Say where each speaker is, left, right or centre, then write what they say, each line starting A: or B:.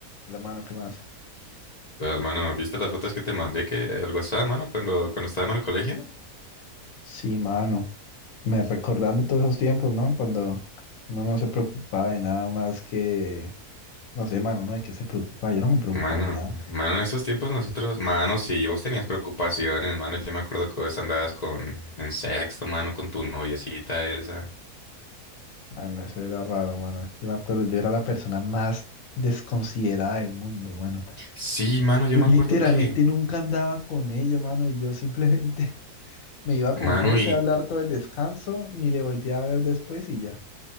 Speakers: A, on the left (about 65°); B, on the left (about 85°).
A: La mano, ¿qué más?
B: Real, mano, ¿viste las fotos que te mandé que al WhatsApp, mano, cuando, cuando estábamos en el colegio?
A: Sí, mano. Me recordando todos esos tiempos, ¿no? Cuando uno no se preocupaba de nada más que, no sé, mano, ¿no? ¿De qué se preocupaba? Yo no me preocupaba
B: Mano,
A: de nada.
B: mano, en esos tiempos nosotros, mano, sí, vos tenías preocupaciones, mano, yo me acuerdo que vos andabas con, en sexto, mano, con tu noviecita esa.
A: Mano, eso era raro, mano. Yo me acuerdo, yo era la persona más desconsiderada del mundo, mano.
B: Sí, mano, yo
A: Yo
B: me
A: literalmente
B: acuerdo que,
A: nunca andaba con ella, mano, y yo simplemente <laughs> me iba con
B: mano,
A: José
B: y,
A: a hablar todo el descanso, ni le volteaba a ver después y ya.